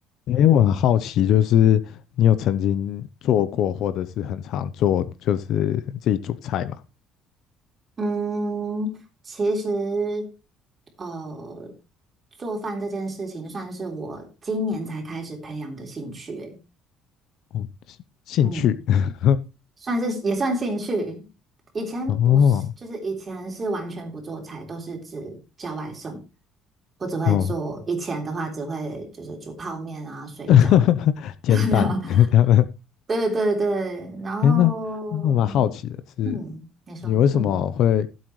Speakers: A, on the left (about 55°); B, on the right (about 25°).
A: 诶，我很好奇，就是你有曾经做过，或者是很常做，就是自己煮菜嘛？
B: 嗯，其实，呃，做饭这件事情算是我今年才开始培养的兴趣欸，
A: 哦，兴兴趣。
B: 嗯，
A: <laughs>
B: 算是也算兴趣。以前不是，
A: 哦
B: 就是以前是完全不做菜，都是只叫外送。我只会做，
A: 哦，
B: 以前的话只会就是煮泡面啊、水饺。
A: <laughs> 煎蛋
B: <laughs>
A: <laughs> 这样。
B: 对对对，然后，
A: 诶，那那我蛮好奇的是，
B: 嗯，你说，
A: 你为什么会
B: 嗯